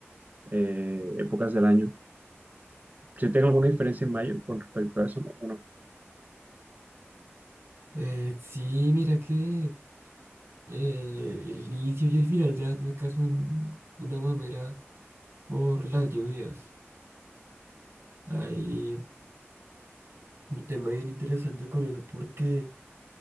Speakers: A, on the right; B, on the right.
A: eh, épocas del año. ¿Si tiene alguna diferencia en mayo con respecto a eso, no? ¿O no?
B: Eh, sí, mira que eh, el inicio y el final de año acá son una mamera por las lluvias. Hay un tema bien interesante con eso porque